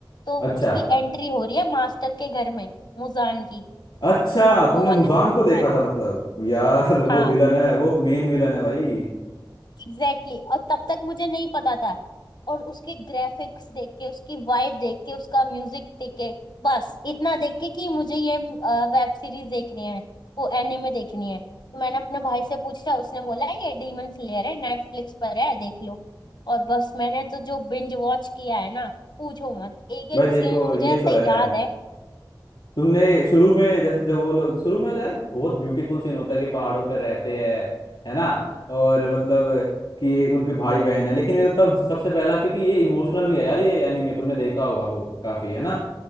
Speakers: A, on the left (about 60°); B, on the left (about 80°).
A: तो वो-
B: अच्छा
A: उसकी एंट्री हो रही है मास्टर के घर में मुजान की
B: अच्छा
A: वो
B: तुमने
A: वाला
B: मुजान
A: सीन
B: को
A: देखा
B: देखा
A: है
B: था मतलब यार
A: हाँ
B: वो विलन है वो मेन विलन है भाई
A: एग्जैक्टली exactly. और तब तक मुझे नहीं पता था और उसके ग्राफिक्स देख के उसकी वाइब देख के उसका म्यूजिक देख के बस इतना देख के कि मुझे ये वेब सीरीज देखनी है वो एनिमे देखनी है तो मैंने अपने भाई से पूछा उसने बोला ये डीमन स्लेयर है नेटफ्लिक्स पर है देख लो और बस मैंने तो जो बिंज वॉच किया है ना पूछो मत एक एक
B: भाई देखो
A: सीन मुझे
B: ये
A: ऐसे
B: तो है
A: याद है
B: तुमने शुरू में जैसे जब वो लोग शुरू में यार बहुत ब्यूटीफुल सीन होता है कि पहाड़ों पे रहते हैं है ना और मतलब कि एक उनके भाई बहन है लेकिन मेरे को तब सबसे पहला क्योंकि ये इमोशनल भी है यार ये एनीमे तुमने देखा होगा वो काफी है ना